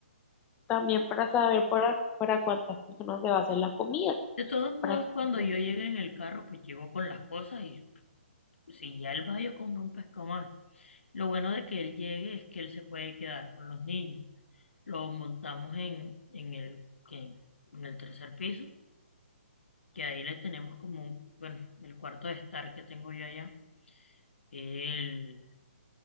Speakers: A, on the left; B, on the left.
A: también para saber para, para cuántas personas se va a hacer la comida,
B: De todos modos,
A: para que
B: cuando
A: todos,
B: yo llegue en el carro, pues llego con las cosas y si ya él va, yo compro un pescado más. Lo bueno de que él llegue es que él se puede quedar con los niños. Lo montamos en, en el, que- en el tercer piso, que ahí le tenemos como un, bueno, el cuarto de estar que tengo yo allá. Él